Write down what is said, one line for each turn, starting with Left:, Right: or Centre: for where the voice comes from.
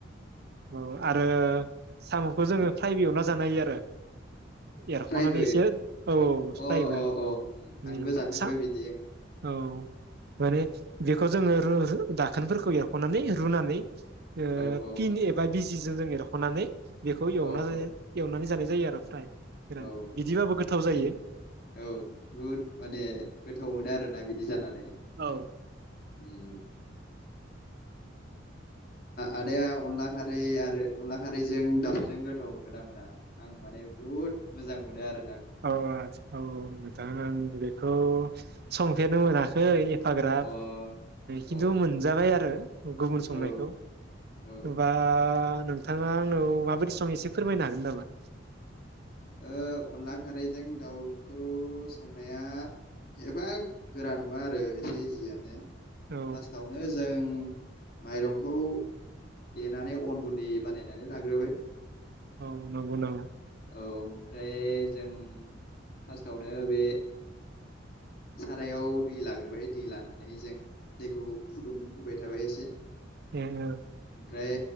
Right: औ आरो साम'खौ जोङो
Left: ओ
Right: फ्रायबो एवना जा नो हायो आरो एरख'नानैसो
Left: फ्रायबो
Right: औ औ स्रायबो
Left: अ अ अ
Right: उम
Left: आंबो जाफेरबाय
Right: सा
Left: बिदि
Right: औ माने बेखौ जोङो रु रु दाखोनफोरखौ एरख'नानै रुनानै ओ
Left: औ
Right: फिन एबा बिस जि जों एरख'नानै बेखौ एवना
Left: औ
Right: जायो
Left: औ
Right: एवनानै जानाय जायो आरो फ्राय गोरान
Left: औ
Right: बिदिबाबो गोथाव जायो
Left: जो औ बहुद माने गोथाव मोनो आरोना बिदि जानानै। उम।
Right: औ
Left: आदाया अनला खारै आरो अनला खारैजों दाउजों गोथाव मोनगोनना मोना? आं माने बुहुत मोजां मोनो आरो
Right: औ आ औ औ। आं बेखौ संफेरनो मोनाखै फाग्रा
Left: अ
Right: खिन्थु
Left: औ
Right: मोनजाबाय आरो गुबुन संनायखौ
Left: औ औ
Right: नबा नों थां थाङा आंनो माबायदि सङो एसे फोरमायनो हागोन नामा?
Left: ओ अनला खारैजों दाउखौ संनाया एफा गोरा नङा आरो एसे इजियानो।
Right: औ
Left: फार्स्टआवनो जों माइरंखौ देनानै अन गुन्दै बानायनानै लाग्रोबाय।
Right: औ नंगौ नामा?
Left: औ ओमफ्राय जों फार्स्टआवनो बे सारायाव दै लाग्रोबाय दै लानानै जों दैखौ फुदुं होबाय थाबाय एसे
Right: <unintelligible>
Left: ओमफ्राय